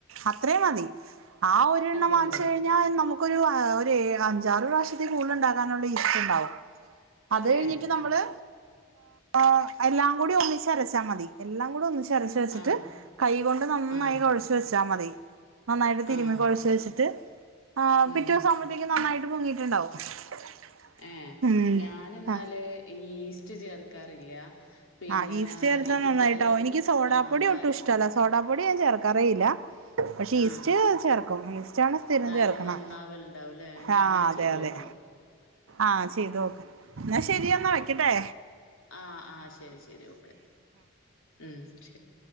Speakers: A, on the right (about 75°); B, on the left (about 75°).
A: അത്രേം മതി ആഹ് ഒരെണ്ണം
B: മതി
A: വാങ്ങിച്ച്
B: മതി
A: കഴി ഞാൻ നമുക്കൊരു ആഹ് ഒരേ അഞ്ചാറ് പ്രാവശ്യത്തി കൂടല് ഉണ്ടാക്കാനുള്ള ഈസ്റ്റുണ്ടാവും.
B: തന്നെ
A: അത് കഴിഞ്ഞിട്ട് നമ്മള് ആഹ് എല്ലാം കൂടി ഒന്നിച്ച് അരച്ചാ മതി എല്ലാം കൂടെ ഒന്നിച്ച് അരച്ച് വെച്ചിട്ട്
B: ആഹ്
A: കൈകൊണ്ട് നന്നായി
B: ആഹ്
A: കൊഴച്ചു വെച്ചാ മതി. നന്നായിട്ട് തിരുമി
B: ആഹ്
A: കൊഴച്ച് വെച്ചിട്ട് പിറ്റേസം
B: ഉം
A: ആവുമ്പത്തേക്ക് നന്നായിട്ട് പൊങ്ങിയിട്ടുണ്ടാവും. <unintelligible>
B: ഏഹ്
A: ഉം
B: ഞാനിന്നാല്
A: ആ
B: ഈ ഈസ്റ്റ് ചേർക്കാറില്ല- പിന്നെ
A: ആഹ് ഈസ്റ്റ് ചേർത്ത
B: ഇത്
A: നന്നായിട്ടാവും
B: തലേന്നും
A: എനിക്ക് സോഡാപ്പൊടി
B: ആഹ് തലേന്നും
A: ഒട്ടും ഇഷ്ടല്ല
B: പ
A: സോഡാപ്പൊടി ഞാൻ ചേർ ക്കറിയില്ല പക്ഷെ
B: ആഹ്.
A: ഈസ്റ്റ് ചേർക്കും ഈസ് റ്റാണ് സ്ഥിരം
B: നല്ലോം
A: ചേർക്കണം
B: നന്നാവല്ണ്ടാവുംല്ലേ? ഇഞ്ഞി
A: ആഹ്
B: അങ്ങനെ
A: അതെ
B: ചെയ്തോക്കണം.
A: അതെ ആഹ് ചെയ്തോക്ക് എന്നാ ശെരിയന്നാ വെക്കട്ടെ
B: ആ -ആഹ് ശരി ശരി ഓക്കെ ഉം ശരി